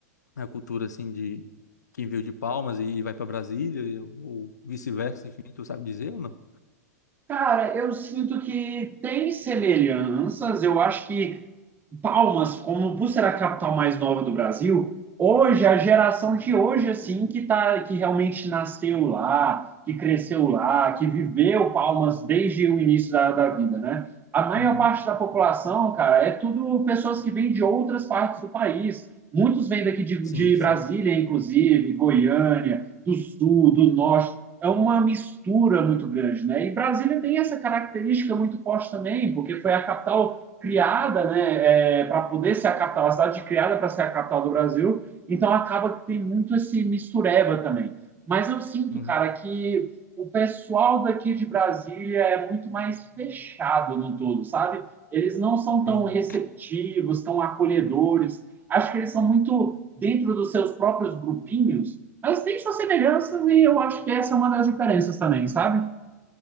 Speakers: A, on the left (about 80°); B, on the right (about 20°).
A: a cultura, assim, de quem veio de Palmas e vai para Brasília, ou vice-versa, enfim, tu sabe dizer ou não?
B: Cara, eu sinto que tem semelhanças. Eu acho que Palmas, como por ser a capital mais nova do Brasil, hoje, a geração de hoje, assim, que, tá, que realmente nasceu lá, que cresceu lá, que viveu Palmas desde o início da, da vida, né? A maior
A: Uhum.
B: parte da população, cara, é tudo pessoas que vêm de outras partes do país. Muitos vêm daqui de,
A: Sim,
B: de
A: sim.
B: Brasília, inclusive, Goiânia, do Sul, do Norte. É uma mistura muito grande, né? E Brasília tem essa característica muito forte também, porque foi a capital criada, né, é, para poder ser a capital, a cidade criada para ser a capital do Brasil, então acaba que tem muito esse mistureba também. Mas eu sinto,
A: Uhum.
B: cara, que o pessoal daqui de Brasília é muito mais fechado no todo, sabe? Eles não são tão
A: Entendi.
B: receptivos, tão acolhedores. Acho que eles são muito dentro dos seus próprios grupinhos, mas tem suas semelhanças e eu acho que essa é uma das diferenças também, sabe?